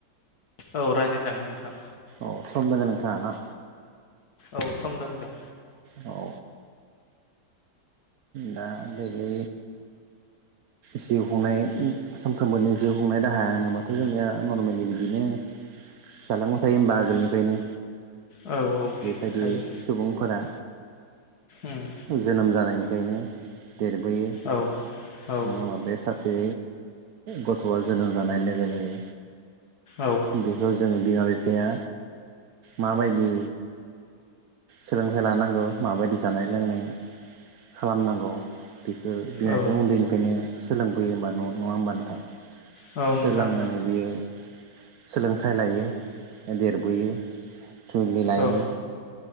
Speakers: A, on the left; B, on the right.
A: औ रायज्लाय जागोन नोंथां।
B: औ सम दङ नोंथाङा ना?
A: औ सम दं दे।
B: औ दा बे बे जिउ खुंनाय सानफ्रोमबोनि जिउ खुंनाय राहाया होनोबाथ' जोंनिया नरमेलि बिदिनो जालांबाय थायो होमबा आगोलनिफ्रायनो।
A: औ औ
B: बेबायदि
A: हायो
B: सुबुंफोरा
A: उम
B: जोनोम जानायनि फ्रायनो देरबोयो
A: औ औ
B: नङाबा बे सा जे सासे गथ'आ जोनोम जानाय लोगो लोगो
A: औ
B: बेखौ जोङो बिमा बिफाया माबायदि सोलोंथाइ लानांगौ माबायदि जानाय लोंनाय खालामनांगौ बेखौ बिमा
A: औ
B: बिफाया उन्दैनिफ्रायनो सोलोंबोयो होमबा न' नङा होमबा नाथां?
A: नोंथां
B: सोलोंनानै बियो सोलोंथाइ लायो देरबोयो। जुलि लायो
A: औ